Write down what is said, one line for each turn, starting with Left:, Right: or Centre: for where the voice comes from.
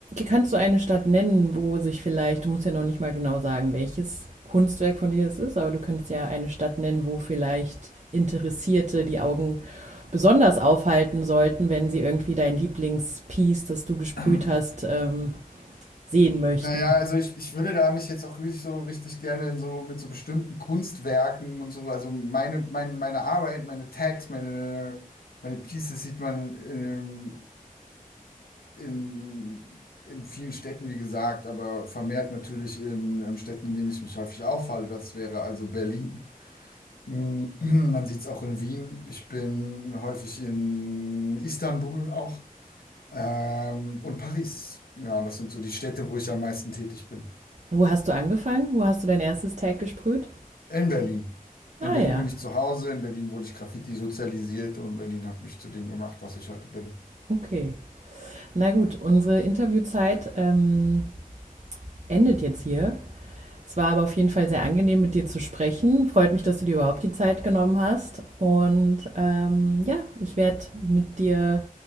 Right: Kannst du eine Stadt nennen, wo sich vielleicht, du musst ja noch nicht mal genau sagen, welches Kunstwerk von dir es ist, aber du könntest ja eine Stadt nennen, wo vielleicht Interessierte die Augen besonders aufhalten sollten, wenn sie irgendwie dein Lieblingspiece, das du gesprüht
Left: <clears throat>
Right: hast, ähm, sehen möchten.
Left: Naja, also ich, ich würde da mich jetzt auch richtig so richtig gerne in so mit so bestimmten Kunstwerken und so, also meine, meine, meine Arbeit, meine Tags, meine, meine Pieces sieht man ähm, in, in vielen Städten, wie gesagt, aber vermehrt natürlich in, ähm, Städten, in denen ich mich häufig aufhalte. Das wäre also Berlin. Mm, <clears throat> Man sieht es auch in Wien. Ich bin häufig in Istanbul auch. Ähm, und Paris. Ja, das sind so die Städte, wo ich am meisten tätig bin.
Right: Wo hast du angefangen? Wo hast du dein erstes Tag gesprüht?
Left: In Berlin.
Right: Ah
Left: In Berlin
Right: ja,
Left: bin ich zu Hause, in Berlin wurde ich Graffiti sozialisiert und Berlin hat mich zu dem gemacht, was ich heute bin.
Right: okay. Na gut, unsere Interviewzeit ähm, endet jetzt hier. Es war aber auf jeden Fall sehr angenehm, mit dir zu sprechen. Freut mich, dass du dir überhaupt die Zeit genommen hast. Und ähm, ja, ich werde mit dir,